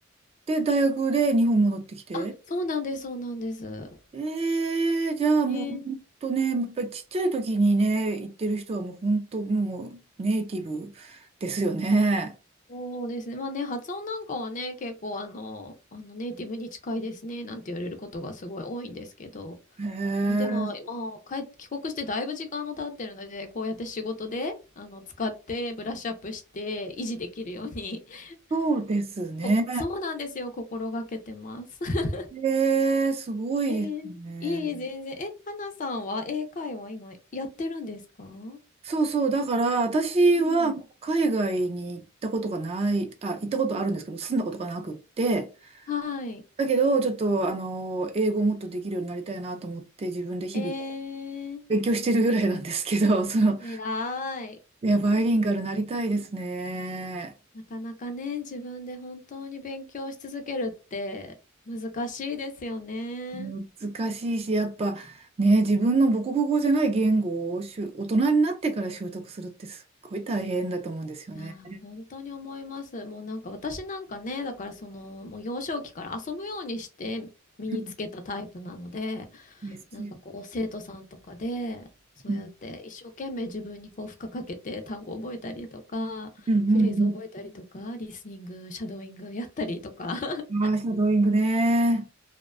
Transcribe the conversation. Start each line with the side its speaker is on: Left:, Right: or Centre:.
Right: で、大学で日本戻ってきて。
Left: あ、そうなんです、そうなんです。
Right: ええじゃあもう本当ね、
Left: ね
Right: やっぱりちっちゃい時にね、行ってる人はもう本当もうネイティブですよね。
Left: そうですね。まあね、発音なんかはね、結構あの、あのネイティブに近いですね、なんて言われることがすごい多いんですけど、
Right: ええ
Left: まあ、でも、もう帰って、帰国してだいぶ時間も経ってるので、こうやって仕事で、あの、使ってブラッシュアップして維持できるように、<laughs>
Right: そうですね。
Left: こそうなんですよ、心がけてます。<laughs>
Right: ええすごいですね。
Left: えー、いえいえ、全然。え、花さんは英会話今やってるんですかう
Right: そうそう、だから私はもう海外に行ったことがない、
Left: ん。
Right: あ、行ったことあるんですけど、住んだことがなくって、
Left: はい。
Right: だけどちょっとあの、英語をもっとできるようになりたいなと思って自分で日々
Left: えー、
Right: 勉強してるぐらいなんですけど、その、
Left: 偉い。
Right: いや、バイリンガルなりたいですね。
Left: なかなかね、自分で本当に勉強し続けるって難しいですよね。
Right: 難しいし、やっぱね、自分の母国語じゃない言語を習大人になってから習得するってすっごい大変だと思うんですよね。
Left: いやー、本当に思います。もうなんか私なんかね、だからその、もう幼少期から遊ぶようにして身につけたタイプなので、
Right: うんですよ
Left: なんかこう生徒さんとかで、そうやって一生懸命自分にこう負荷かけて単語を覚えたりとか、
Right: うん、うん、うん
Left: フレーズを覚えたりとか、リスニング、シャドーイングやったりとか、<laughs>
Right: うん。ああシャドーイングね。